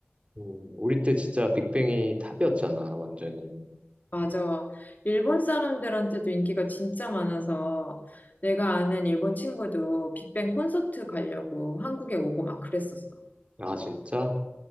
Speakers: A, on the right (about 30°); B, on the left (about 45°).
A: 음, 우리 때 진짜 빅뱅이 탑이었잖아, 완전히.
B: 맞아. 일본 사람들한테도 인기가 진짜 많아서 내가 아는 일본 친구도 빅뱅 콘서트 가려고 한국에 오고 막 그랬었어.
A: 아, 진짜?